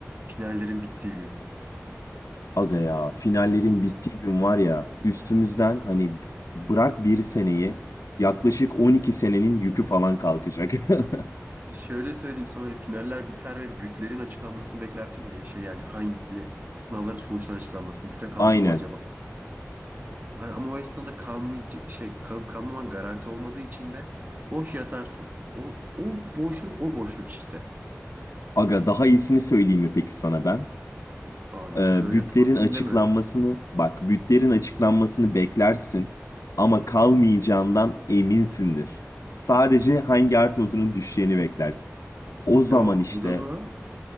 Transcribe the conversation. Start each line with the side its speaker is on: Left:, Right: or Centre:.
Right: Finallerin bittiği gün.
Left: Aga ya finallerin
Right: Bu
Left: bittiği gün var ya üstümüzden hani bırak bir seneyi yaklaşık 12 senenin yükü falan kalkacak. <laughs>
Right: şöyle söyleyeyim sana hani finaller biter ve bütlerin açıklanmasını beklersin ya şey yani hangi sınavların sonuçlarının açıklanmasını. Büte kaldım
Left: Aynen.
Right: mı acaba? Hani ama o esnada kalmayacak şey kalıp kalmaman garanti olmadığı için de boş yatarsın. O o boşluk o boşluk işte.
Left: Aga daha iyisini söyleyeyim mi peki sana ben?
Right: Abi
Left: Ee,
Right: söyle
Left: bütlerin
Right: tatille
Left: açıklanmasını,
Right: mi?
Left: bak bütlerin açıklanmasını beklersin ama kalmayacağından eminsindir. Sadece hangi art notunun düşeceğini beklersin. O zaman
Right: Yok
Left: işte
Right: o zaman